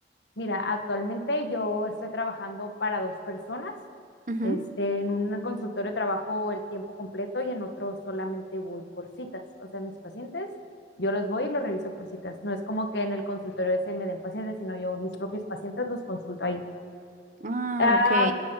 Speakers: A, on the left; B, on the right.
A: mira, actualmente yo estoy trabajando para dos personas.
B: Ujú.
A: Este, en un consultorio trabajo el tiempo completo y en otro solamente voy por citas. O sea, mis pacientes, yo los voy y los reviso por citas. No es como que en el consultorio ese me den pacientes, sino yo mis propios pacientes los consulto ahí.
B: Ah,
A: Ah,
B: ok.